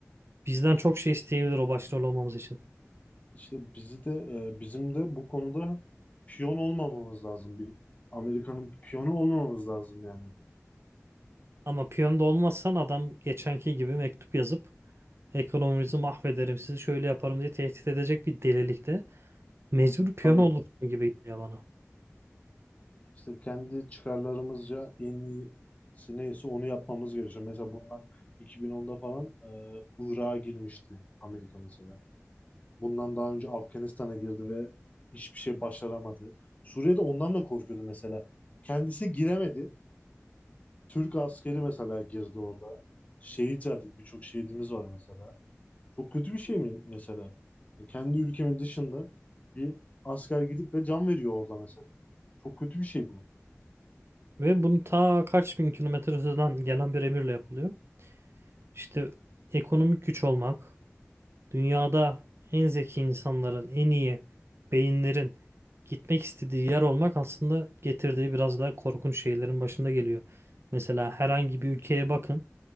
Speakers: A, on the right; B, on the left.
A: bizden çok şey isteyebilir o başrol olmamız için.
B: işte bizi de e, bizim de bu konuda piyon olmamamız lazım. Bir Amerika'nın piyonu olmamamız lazım yani.
A: Ama piyonda olmazsan adam geçenki gibi mektup yazıp ekonomimizi mahvederim sizi şöyle yaparım diye tehdit edecek bir delilikte mecbur piyon
B: Tabii
A: olursun gibi geliyor bana.
B: işte kendi çıkarlarımızca en iyisi neyse onu yapmamız gerekiyor. Mesela bundan 2010'da falan e, Irak'a girmişti Amerika mesela. Bundan daha önce Afganistan'a girdi ve hiçbir şey başaramadı. Suriye'de ondan da korkuyordu mesela. Kendisi giremedi. Türk askeri mesela girdi orada. Şehit verdik. Birçok şehidimiz var mesela. Çok kötü bir şey mi mesela? E, Kendi ülkemin dışında bir asker gidip de can veriyor orada mesela. Çok kötü bir şey bu.
A: Ve bunu ta kaç bin kilometre öteden gelen bir emirle yapılıyor. İşte ekonomik güç olmak, Dünyada en zeki insanların, en iyi beyinlerin gitmek istediği yer olmak aslında getirdiği biraz daha korkunç şeylerin başında geliyor. Mesela herhangi bir ülkeye bakın.